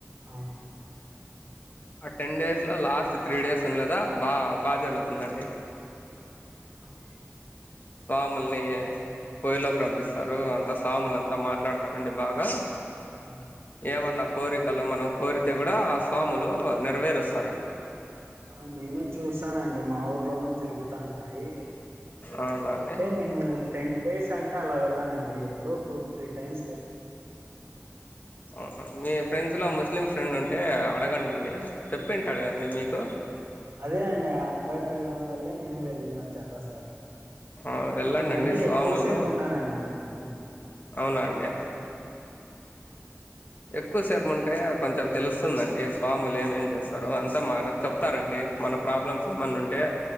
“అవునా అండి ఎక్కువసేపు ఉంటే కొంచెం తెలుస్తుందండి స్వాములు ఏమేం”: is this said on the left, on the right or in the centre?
Left